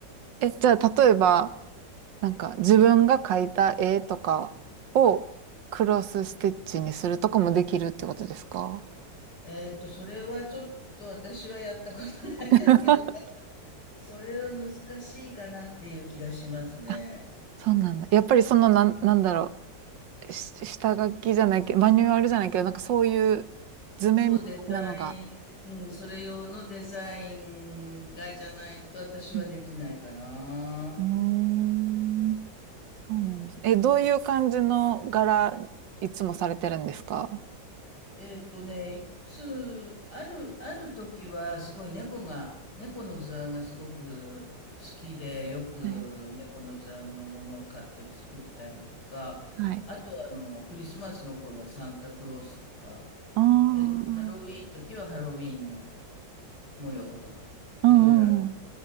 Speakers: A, on the right; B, on the left.
A: え、じゃあ、例えば、なんか自分が描いた絵とかをクロスステッチにするとかもできるってことですか
B: えっと、それはちょっと私はやったことないですけど、
A: <laughs>
B: それは難しいかなっていう気がしますね。
A: あ、そうなんだ。やっぱりそのなん、なんだろう、し下書きじゃないけど、マニュアルじゃないけど、なんかそういう図面みたいなのが。
B: そう、デザイン、うん、それ用のデザインがじゃないと私はできないかな。
A: うんうーんそうなんですね。え、どういう感じの柄、いつもされてるんですか
B: えっとね、いつ、ある、ある時はすごい猫が、猫の図案がすごく好きで、よく猫の図案のものを買って作ったりとか、
A: はい。はい。
B: あとあの、クリスマスの頃はサンタクロースとか、
A: ああ、うん
B: えっと、ハロウィーンの時はハロウィーンの模様とか、
A: うんうん。
B: いろいろある。